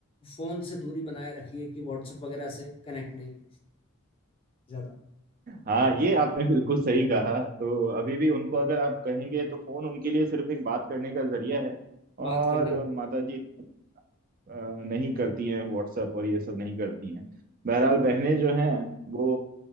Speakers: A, on the left; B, on the right.
A: फोन से दूरी बनाए रखी है कि व्हाट्सएप वगैरह से कनेक्ट नहीं है ज्यादा
B: हाँ ये आपने बिल्कुल सही कहा तो अभी भी उनको अगर आप कहेंगे तो फोन उनके लिए सिर्फ एक बात करने का जरिया है
A: बात
B: और
A: करने का जरूर
B: माता जी अ, नहीं करती हैं व्हाट्सएप और ये सब नहीं करती हैं बहरहाल बहनें जो हैं वो